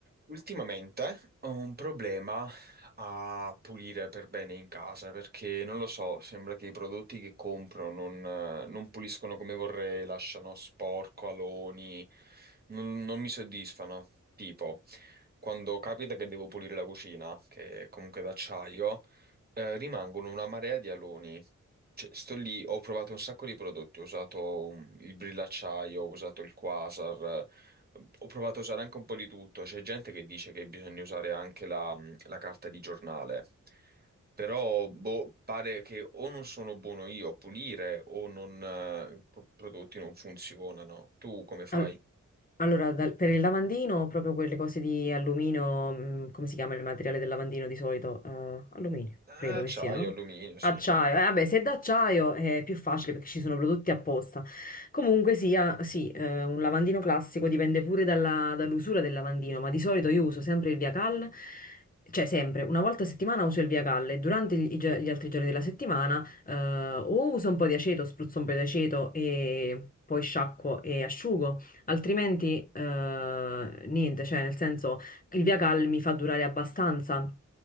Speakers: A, on the right; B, on the left.
A: Ultimamente ho un problema a pulire per bene in casa perché non lo so, sembra che i prodotti che compro non, eh, non puliscono come vorrei, lasciano sporco, aloni, non, non mi soddisfano. Tipo, quando capita che devo pulire la cucina, che è comunque d'acciaio, eh, rimangono una marea di aloni. Cioè, sto lì, ho provato un sacco di prodotti, ho usato um, il brillacciaio, ho usato il quasar, eh, ho provato a usare anche un po' di tutto. C'è gente che dice che bisogna usare anche la, mm, la carta di giornale, però boh, pare che o non sono buono io a pulire o non, eh, i pro- prodotti non funzionano. Tu come fai?
B: Al- Allora, dal- per il lavandino, proprio quelle cose di alluminio, mm, come si chiama il materiale del lavandino di solito? Eh, alluminio,
A: Ah,
B: credo
A: Acciaio,
B: che siano, no?
A: alluminio, sì.
B: Acciaio, eh, vabbè, se è d'acciaio è più facile perché ci sono prodotti apposta. Comunque sia, sì, eh, un lavandino classico dipende pure dalla- dall'usura del lavandino, ma di solito io uso sempre il Via Cal, cioè sempre, una volta a settimana uso il Via Cal e durante gli, i gio- gli altri giorni della settimana eh, o uso un po' di aceto, spruzzo un po' di aceto e poi sciacquo e asciugo. Altrimenti, eh, niente, cioè nel senso il Via Cal mi fa durare abbastanza